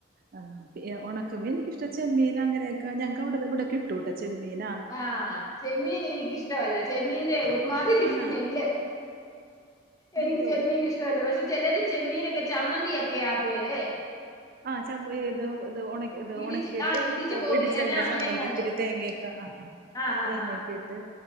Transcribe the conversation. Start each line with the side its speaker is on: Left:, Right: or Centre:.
Right: ആഹ് ഉണക്ക മീൻക്കിഷ് ചെമ്മീനങ്ങനെയൊക്ക ഞങ്ങക്കവടെ ഇവിടെ കിട്ടൂട്ട ചെമ്മീന
Left: ആഹ് ചെമ്മീന് എനക്കിഷ്ടമല്ല ചെമ്മീന്റെ ഒരുമാതിരി
Right: ആണോ
Left: സ്മെല്ല് എനിക്ക്
Right: അയ്യോ
Left: ചെമ്മീന്ഷ്ടമല്ല പക്ഷെ ചെലര് ചെമ്മീനൊക്കെ ചമ്മന്തി ഒക്കെ ആക്കുവല്ലേ
Right: ആഹ് ച ഇത് ഇത് ഉണ ഇത്
Left: ഇടിച്ച്
Right: ഉണക്കിയിട്ട്
Left: ആഹ് ഇടിച്ചു പോതി
Right: ഇടിച്ചതിന്റെ
Left: എന്നാ അങ്ങനെയെങ്ങാണ്ട്
Right: ചമ്മന്തി ഇത്തിരി തേങ്ങയൊക്കെ ആഹ്
Left: ആഹ്
Right: തേങ്ങയൊക്കെ
Left: ആഹ് ആഹ്
Right: ഇട്ട്